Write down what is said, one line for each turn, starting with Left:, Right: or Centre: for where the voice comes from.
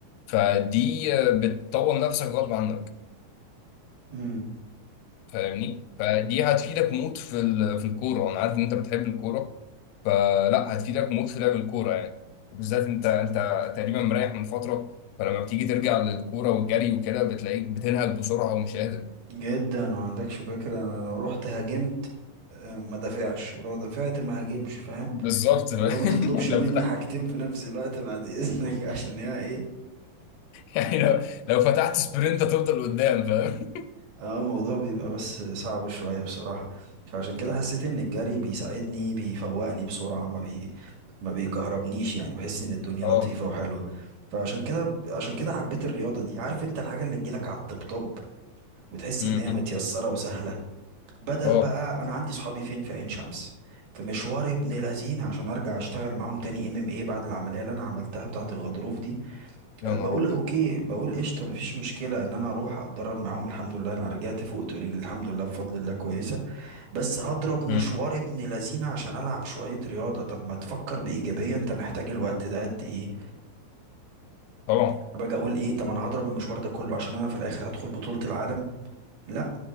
Left: فدي آه، بتطور نفسك غصب عنك
Right: امم
Left: فاهمني فدي هتفيدك موت في ال- في الكوره انا عارف ان انت بتحب الكوره فلا هتفيدك موت في لعب الكوره يعني وبالذات انت انت تقريبا مريح من فتره فلما بتيجي ترجع للكوره والجري وكده بتلاقيك بتنهج بسرعه ومش قادر
Right: جدا ما عندكش فكرة انا لو رحت هاجمت آه، ما دافعش ولو دافعت ما هاجمش فاهم
Left: بالظبط
Right: اللي هو ما تطلبش
Left: <laughs>
Right: مني
Left: لو فتحت
Right: حاجتين
Left: <laughs>
Right: في نفس الوقت بعد اذنك <laughs> عشان هي ايه
Left: يعني لو لو فتحت سبرنت هتفضل قدام فاهم
Right: اه الموضوع بيبقى بس صعب شوية بصراحة فعشان كده حسيت ان الجري بيساعدني بيفوقني بسرعة ما بي ما بيكهربنيش يعني بحس ان الدنيا
Left: اه
Right: لطيفة وحلوة فعشان كده عشان كده حبيت الرياضة دي عارف انت الحاجة اللي تجيلك على الطبطب وتحس
Left: أمم.
Right: ان هي متيسرة وسهلة بدل
Left: اه
Right: بقى انا عندي صحابي فين في عين شمس في مشوار ابن لذين عشان ارجع اشتغل معاهم تاني ام ام ايه بعد العمليه اللي انا عملتها بتاعه الغضروف دي
Left: يا
Right: أه،
Left: نهار
Right: بقول
Left: ابيض
Right: اوكي بقول قشطه مفيش مشكله ان انا اروح اتدرب معاهم الحمد لله انا رجعت فوقت ورجلي الحمد لله بفضل الله كويسه بس هضرب مشوار
Left: أمم.
Right: ابن لذين عشان العب شويه رياضه طب ما تفكر بايجابيه انت محتاج الوقت ده قد ايه
Left: طبعا
Right: أنا باجي اقول ايه طب انا هضرب المشوار ده كله عشان انا في الاخر هدخل بطوله العالم لا